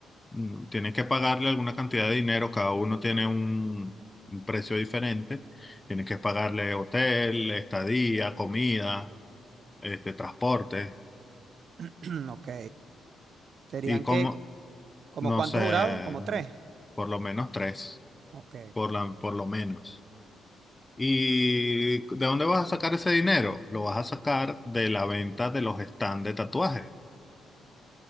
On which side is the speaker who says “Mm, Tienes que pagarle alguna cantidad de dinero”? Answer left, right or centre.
Left